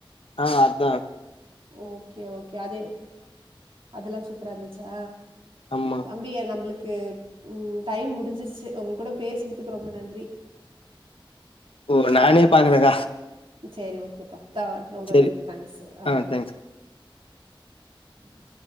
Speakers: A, on the left; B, on the right.
A: அ அத்தா
B: ஓகே ஓகே அது அதெல்லா சூப்பரா இருந்துச்சா
A: ஆமா
B: தம்பிய நம்ப்ளுக்கு ம் டைம் முடிஞ்சிருச்சு அ உங் கூட பேசினதுக்கு ரொம்ப நன்றி
A: ஓ நானே பாக்கலக்கா
B: சீரி ஓகேப்பா த ரொம்ப
A: சரி
B: ந தேங்க்ஸ் அ
A: ஆ
B: ஓகே
A: தேங்க்ஸ்
B: ஓகே உம்